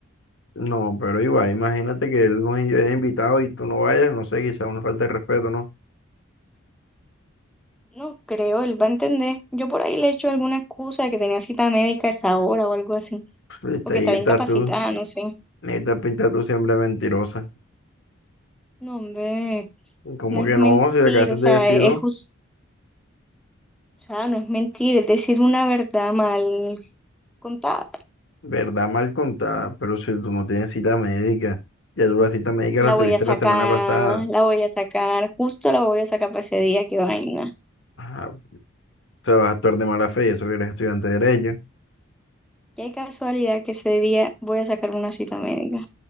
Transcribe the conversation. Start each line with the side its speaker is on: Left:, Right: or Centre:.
Left: No, pero igual, imagínate que él nos haya invitado y tú no vayas, no sé, quizá una falta de respeto, ¿no?
Centre: No creo, él va a entender. Yo por ahí le he hecho alguna excusa de que tenía cita médica a esa hora o algo así,
Left: Viste,
Centre: o que
Left: ahí
Centre: estaba
Left: estás
Centre: incapacitada,
Left: tú,
Centre: no sé.
Left: ahí estás pinta tú siempre mentirosa.
Centre: No, hombre,
Left: Como
Centre: no es
Left: que
Centre: mentir,
Left: no, si acabaste
Centre: o
Left: de
Centre: sea,
Left: decirlo.
Centre: es, jus- o sea, no es mentir, es decir una verdad mal contada.
Left: Verdad mal contada, pero si tú no tienes cita médica, ya tú la cita médica
Centre: La
Left: la tuviste
Centre: voy a sacar,
Left: la semana pasada,
Centre: la voy a sacar, justo la voy a sacar para ese día, qué vaina.
Left: ajá, te vas a actuar de mala fe, y eso que eres estudiante de Derecho,
Centre: Qué casualidad que ese día voy a sacar una cita médica.